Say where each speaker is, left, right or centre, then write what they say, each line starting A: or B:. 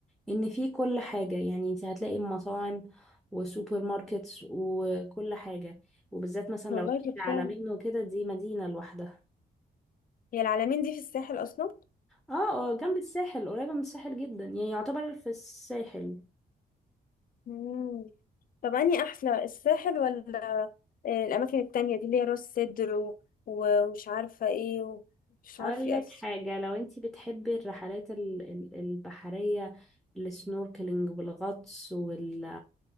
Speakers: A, in the centre; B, on the left (about 55°).
A: ان في كل حاجه يعني انتي هتلاقي مطاعم وسوبر ماركتس وكل حاجه وبالذات مثلا
B: والله
A: لو رحتي
B: دي بتكون
A: على مينو وكده دي مدينه لوحدها
B: هي العلمين دي في الساحل اصلا
A: اه اه جنب الساحل قريبة من الساحل جدا يعني يعتبر في الساحل
B: مم. طب انهي احلى الساحل ولا آه، الاماكن التانية دي اللي هي راس سدر و- ومش عارفه ايه ومش
A: اقول
B: عارفه
A: لك
B: ايه أصلاً.
A: حاجة لو انتي بتحبي الرحلات ال- ال- البحرية السنوركلينج والغطس وال...